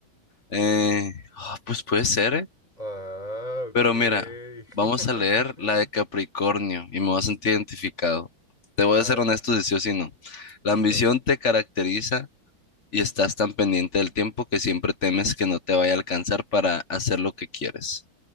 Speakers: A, on the left; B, on the left.
A: Eh, ah, pues puede ser, ¿eh?
B: Ah, ok.
A: Pero
B: <laughs>
A: mira, vamos a leer la de Capricornio y me voy a sentir identificado. Te voy
B: A
A: a ser
B: ver,
A: honesto si sí o si no.
B: listo.
A: La ambición te caracteriza y estás tan pendiente del tiempo que siempre temes que no te vaya a alcanzar para hacer lo que quieres.